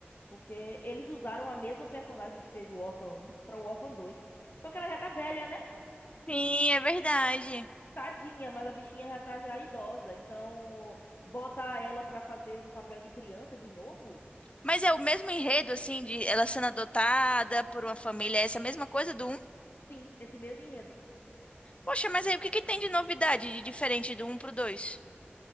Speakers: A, on the left; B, on the left.
A: Porque eles usaram a mesma personagem que fez o Orphan 1 para o Orphan 2. Só que ela já tá velha, né?
B: Sim, é verdade.
A: Tadinha, mas a bichinha já tá já idosa, então bota ela pra fazer um papel de criança de novo?
B: Mas é o mesmo enredo, assim, de ela sendo adotada por uma família, é essa mesma coisa do um.
A: Sim, esse mesmo enredo.
B: Poxa, mas aí
A: Esse
B: o que que
A: mesmo
B: tem
A: enredo.
B: de novidade, de diferente do um pro dois?